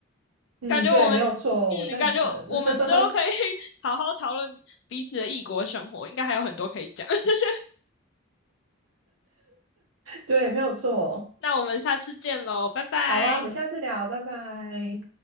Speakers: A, on the right; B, on the left.
A: 嗯，
B: 感觉我们嗯，
A: 对，没有错，我赞成。
B: 感觉我们之后可以
A: <laughs>
B: <laughs> 好好讨论彼此的异国生活，应该还有很多可以讲。<laughs>
A: 对，没有错。
B: 那我们下次见喽，拜拜。
A: 好啊，我们下次聊，拜拜。